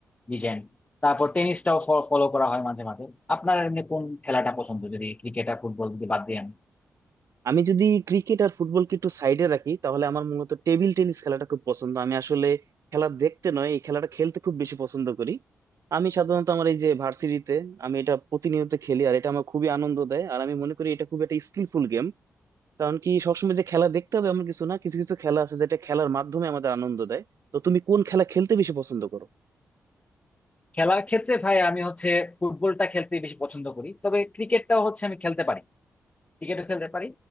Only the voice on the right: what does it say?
আমি যদি ক্রিকেট আর ফুটবলকে একটু সাইডে রাখি তাহলে আমার মূলত টেবিল টেনিস খেলাটা খুব পছন্দ আমি আসলে খেলা দেখতে নয় এই খেলাটা খেলতে খুব বেশি পছন্দ করি আমি সাধারণত আমার এই যে ভার্সিটিতে আমি এটা প্রতিনিয়ত খেলি আর এটা আমার খুবই আনন্দ দেয় আর আমি মনে করি এটা খুব একটা স্কিলফুল গেম কারণ কি সবসময় যে খেলা দেখতে হবে এমন কিছু না কিছু কিছু খেলা আছে যেটা খেলার মাধ্যমে আমাদের আনন্দ দেয় তো তুমি কোন খেলা খেলতে বেশি পছন্দ করো